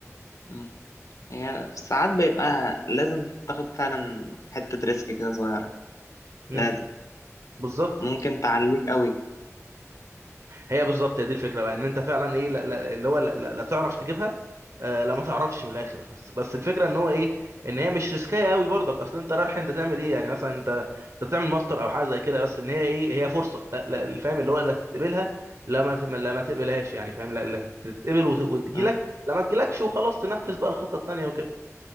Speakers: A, on the left; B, on the right.
A: مم. هي ساعات بيبقى لازم تاخد فعلا حتة ريسك كده صغيرة
B: امم
A: لازم
B: بالظبط
A: ممكن تعليك قوي
B: هي بالظبط هي دي الفكره بقى ان انت فعلا ايه لا لا اللي هو لا, لا, لا تعرف تجيبها آه لا ما تعرفش من الاخر بس بس الفكره ان هو ايه ان هي مش ريسكايه قوي برضك اصل انت رايح انت تعمل ايه يعني مثلا انت انت تعمل ماستر او حاجه زي كده بس ان هي ايه هي فرصه لا لا فاهم اللي هو لا تقبلها لا ما ت- لا ما تقبلهاش يعني فاهم لا لا تقبل وت- وتجيلك
A: مم.
B: لا ما تجيلكش وخلاص تنفذ بقى الخطه التانيه وكده